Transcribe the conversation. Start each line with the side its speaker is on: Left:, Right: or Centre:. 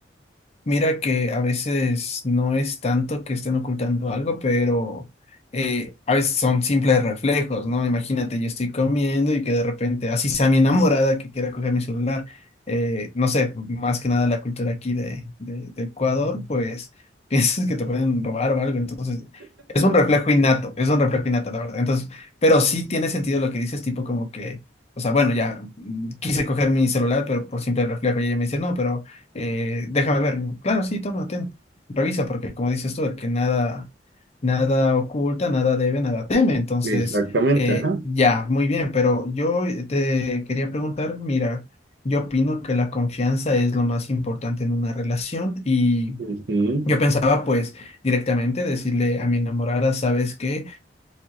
Left: Mira que a veces no es tanto que estén ocultando algo, pero eh, a veces son simples reflejos, ¿no? Imagínate, yo estoy comiendo y que de repente, así sea mi enamorada que quiera coger mi celular, eh, no sé, más que nada la cultura aquí de, de- de Ecuador, pues <laughs> piensas que te pueden robar o algo, entonces es un reflejo innato, es un reflejo innato, la verdad. Entonces, pero sí tiene sentido lo que dices, tipo como que, o sea, bueno, ya mm, quise coger mi celular, pero por simple reflejo, y ella me dice, no, pero eh, déjame ver. Claro, sí, toma, ten. Revisa, porque como dices tú, el que nada, nada oculta, nada debe, nada teme. Entonces,
Right: Exactamente,
Left: eh,
Right: ajá.
Left: ya, muy bien, pero yo eh, te quería preguntar, mira, yo opino que la confianza es lo más importante en una relación y...
Right: Ujú.
Left: Yo pensaba pues directamente decirle a mi enamorada, ¿sabes que